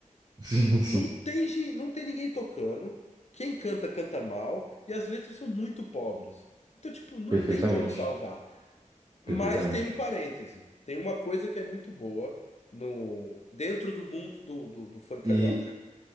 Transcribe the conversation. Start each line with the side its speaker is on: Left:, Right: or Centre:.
Right: Sim, sim.
Left: não tem, gen- não tem ninguém tocando. Quem canta, canta mal, e as letras são muito pobres. Então, tipo, não
Right: Perfeitamente.
Left: tem de onde salvar. Mas
Right: Perfeitamente.
Left: tem um parêntese. Tem uma coisa que é muito boa no, dentro do mundo do, do do funk carioca.
Right: E.